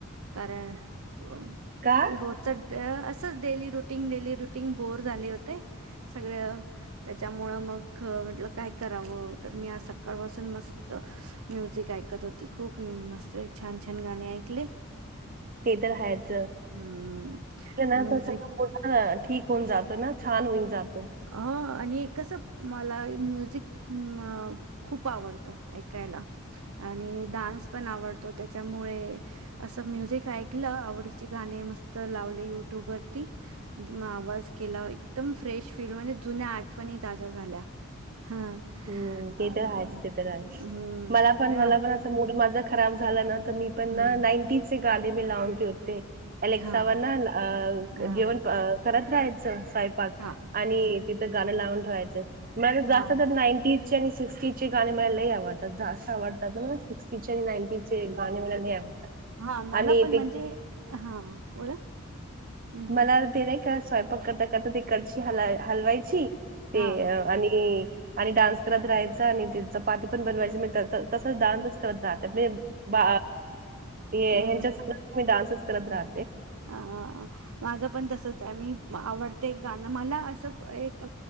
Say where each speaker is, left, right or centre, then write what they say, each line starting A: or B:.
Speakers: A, on the right; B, on the right.
A: कार अ
B: का
A: रोजचा डे अस असंच daily routine, daily routine. Routine bore झाले होते. सगळं ते त्यामुळ मग म्हटलं काय करावं तर मी आज सकाळपासून मस्त म्युझिक ऐकत होती. खूप मस्त छान छान गाणे आहेत. <unintelligible>
B: ते तर हायच
A: हम्म
B: ना
A: म्युझिक
B: सगळं पर् ठीक होऊन जात ना. छान होईन जात.
A: अ, आणि एकस मला म्युझिक अ खूप आवडतं ऐकायला. आणि डान्स पण आवडतो. त्याच्यामुळे असं म्युझिक ऐकलं आवडीची गाणे मस्त लावले युट्यूब वरती आवाज केला. एकदम फ्रेश फील म्हणजे जुन्या आठवणी ताज्या झाल्या. हां.
B: हम्म
A: अ,
B: ते तर आहेच ते तर आहे
A: हं.
B: मला पण
A: हां,
B: मला पण असड माझा खराब झा ना मी पण
A: हं.
B: नांटी गाडी म लावते उते. अलेक्सावर
A: हां,
B: अ
A: हां,
B: जेवण करत राहायचं स्वैपाक
A: हां.
B: आणि
A: स
B: तिथं गाणं लावून ठेवायच म्ह
A: हां,
B: जास्त चे आणि सिक्सटी चे गाणे मला लय आवड जा सांग आता मला सिक्स्टीचे आणि नायन्टिजचे गाणे मला नाही आवडतात
A: हां. मला
B: आणि
A: पण
B: ते
A: म्हणजे हां, बोला. हं, हं.
B: मला ते नाही का स्वयंपाक करता करता ते कडची हला हलवायची
A: हां.
B: ते आणि आणि डान्स करत राहायच. आणि चपाती पण बनवायची म तसंच दडानच करत राह बा हच्या
A: हं, हं.
B: डान् <unintelligible> करत रहा
A: अ माझं पण तसच आहे मी आवडते एक गाणं मला असं एक